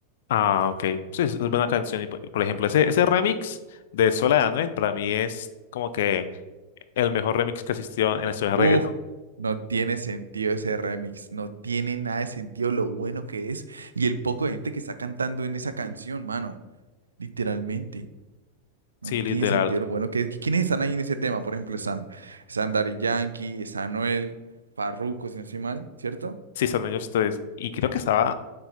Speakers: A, on the left (about 55°); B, on the right (about 75°).
A: Ah, ok. Sí, es es buena canción. Y por por ejemplo, ese, ese remix de Sola de Anuel para mí es como que el mejor remix que existió en la historia del
B: Uf,
A: reggaetón.
B: no tiene sentido ese remix, no tiene nada de sentido lo bueno que es y el poco de gente que está cantando en esa canción, mano, literalmente,
A: Sí,
B: no
A: literal.
B: tiene sentido lo bueno que es. ¿Qui- ¿Quiénes están ahí en ese tema? Por ejemplo, están, están Daddy Yankee, está Anuel, Farruko, si no estoy mal, ¿cierto?
A: Sí, están ellos tres. Y creo que estaba.